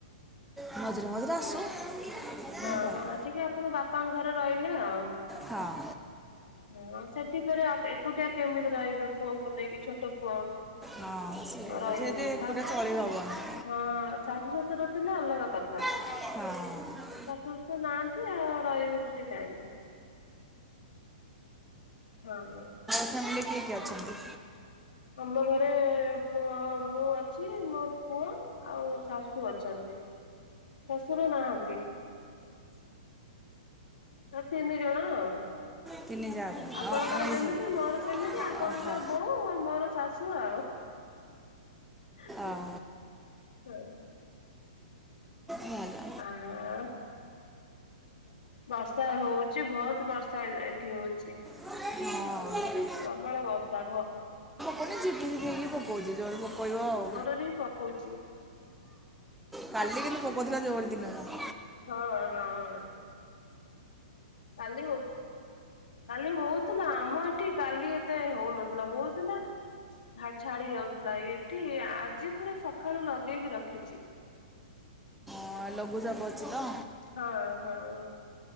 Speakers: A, in the centre; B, on the left.
A: ମଝିରେ ମଝିରେ ଆସୁ। ମୁଁ
B: ହଁ
A: ପଳାଏ
B: ଆସିକି ଆପଣ ବାପାଙ୍କ ଘରେ ରହିଲେ ଆଉ।
A: ହଁ
B: ହୁଁ ସେଠି ଫେରେ ଏକୁଟିଆ କେମିତି ରହିବେ ପୁଅଙ୍କୁ ନେଇକି ଛୋଟ ପୁଅ।
A: ହଁ ସେ-
B: ରହିବେ
A: ସେଇଠି
B: ପୁଣି
A: ଏକୁଟିଆ
B: ଶା
A: ଚଳି ହେବନି
B: ହଁ ଶାଶୁ ଶଶୁର ଥିଲେ ଅଲଗା କଥା।
A: ହଁ।
B: ଶାଶୁ ଶଶୁର ନାହାଁନ୍ତି ଆଉ ରହିବେ ସେଠି କାହିଁକି? ହଁ।
A: ଫାମିଲରେ କିଏ କିଏ ଅଛନ୍ତି?
B: ଆମ ଘରେ ପୁଅ ମୁଁ ଅଛି ମୋର ପୁଅ। ଆଉ ଶାଶୁ ଅଛନ୍ତି ଶ୍ୱଶୁର ନାହାନ୍ତି। ସେ ତିନି ଜଣ ଆଉ।
A: ତିନି ଯା ହଁ
B: ଆପଣଙ୍କର
A: ଆମେ ଏଇ
B: ଯେମିତି
A: ସବୁ।
B: ମୋର ସେମିତି ଆପଣଙ୍କର
A: ଓହୋ
B: ବୋଉ ମୋର ଶାଶୁ ଆଉ ହ
A: ହଁ ଭଲ
B: ହ <inaudible> ବର୍ଷା ହଉଛି ବହୁତ ବର୍ଷା ଏଠି ହଉଛି।
A: ହଁ।
B: ପ୍ରବଳ ବର୍ଷା ଘ
A: ଖାଲି ଝିପି ଝିପି ହେଇକି ପକଉଚି। ଜୋରେ ପକେଇବ ଆଉ।
B: ରେ ପକଉଚି।
A: କାଲି କିନ୍ତୁ, ପକଉଥିଲା ଜୋରେ ଦିନଯାକ।
B: ହଁ, ହଁ,। କାଲି ହଉ କାଲି ହଉଥିଲା। ଆମ ଏଠି, କାଲି ଏତେ ହଉନଥିଲା ହଉଥିଲା ଛାଡି ଛାଡି ଯାଉଥିଲା। ଏଠି ଆଜି ପୁରା ସକାଳୁ, ଲଗେଇକି ରଖିଚି।
A: ହଁ। ଲଘୁ ଚାପ ଅଛି ତ।
B: ହଁ, ହଁ।